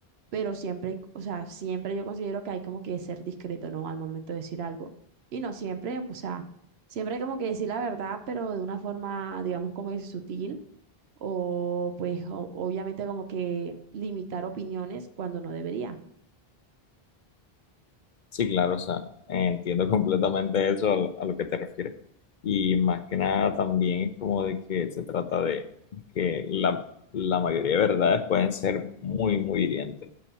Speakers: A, on the right; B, on the left.
A: pero siempre, o sea, siempre yo considero que hay como que ser discreto, ¿no? Al momento de decir algo. Y no siempre, pues, o sea, siempre hay como que decir la verdad, pero de una forma, digamos, como es sutil, o pues o- obviamente como que limitar opiniones cuando no debería.
B: sí, claro, o sea, entiendo <laughs> completamente eso a lo, a lo que te refieres. Y más que nada también es como de que se trata de que la, la mayoría de verdades pueden ser muy, muy hirientes.